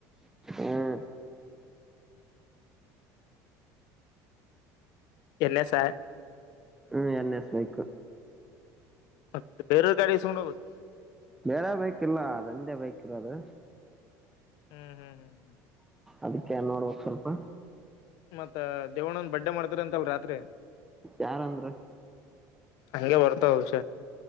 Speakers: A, in the centre; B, on the left (about 65°).
A: ಹ್ಮ
B: ಎನಸ
A: ಹ್ಮ್ ಎನ್ನಸ್ಬೇಕು
B: <unintelligible>
A: ಬೇರೆ ಬೈಕ್ ಇಲ್ಲ ಅದೋಂದೇ ಬೈಕ್ ಇರೋದು
B: ಹ್ಮ್ ಹ್ಮ್ ಹ್ಮ್
A: ಅದಕ್ಕೆ ನ್ ನೋಡ್ಬೇಕಕ್ ಸ್ವಲ್ಪ
B: ಮತ್ತತ್ ದೇವಣ್ಣ ಒಂದ ಬಡ್ಡೆ ಮಾಡ್ತಾರ ಅಂತಲ್ ರಾತ್ರಿ
A: ಯಾರಂದ್ರ
B: ಹಂಗಗೆ ಬರ್ತಾ ಹೌಷ